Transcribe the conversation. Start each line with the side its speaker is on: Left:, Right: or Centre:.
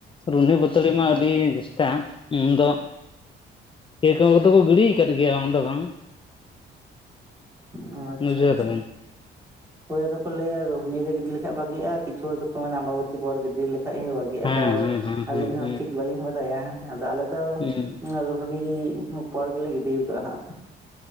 Left: ᱨᱩᱦᱱᱤ ᱵᱟᱹᱛᱟᱹᱲᱤ ᱢᱟ ᱟᱹᱰᱤ ᱡᱮᱥᱴᱟ ᱩᱱᱫᱚᱼᱼ ᱠᱮ <unintelligible> ᱠᱚᱫᱚ ᱠᱚ ᱜᱤᱲᱤᱣ ᱠᱟᱫ ᱜᱮᱭᱟ ᱵᱟᱝ ᱫᱚ ᱵᱟᱝ,
Right: ᱟᱸ ᱟᱪᱪᱷᱟ
Left: ᱵᱩᱡᱷᱟᱹᱣ
Right: ᱟᱪᱪᱷᱟ᱾
Left: ᱫᱟᱵᱮᱱ
Right: ᱦᱳᱭ ᱟᱫᱚ ᱠᱚ ᱞᱟᱹᱭᱟ ᱨᱩᱦᱱᱤ ᱨᱮ ᱜᱤᱰᱤ ᱞᱮᱠᱷᱟᱡ ᱵᱷᱟᱜᱤᱜᱼᱟ ᱠᱤᱪᱷᱩ ᱦᱚᱲ ᱫᱚᱠᱚ ᱢᱮᱱᱟ ᱟᱸᱢᱵᱟᱵᱩᱛᱤ ᱯᱚᱨ ᱜᱤᱰᱤ ᱞᱮᱠᱷᱟᱡ ᱦᱚᱸ ᱵᱷᱟ ᱜᱤᱜ,
Left: ᱦᱮᱸ
Right: ᱟᱫᱚ
Left: ᱦᱮᱸ ᱦᱮᱸ
Right: ᱟᱹᱞᱤᱧ ᱦᱚᱸ
Left: ᱦᱮᱸ
Right: ᱴᱷᱤᱠ ᱵᱟᱹᱞᱤᱧ ᱵᱟᱼᱼ ᱲᱟᱭᱟ, ᱟᱫᱚ ᱟᱞᱮ ᱫᱚ
Left: ᱦᱮᱸ
Right: ᱨᱩᱦᱤᱱᱤ ᱯᱚᱨ ᱜᱮᱞᱮ ᱜᱤᱰᱤ ᱠᱟᱜᱼᱟ ᱦᱟᱸᱜ᱾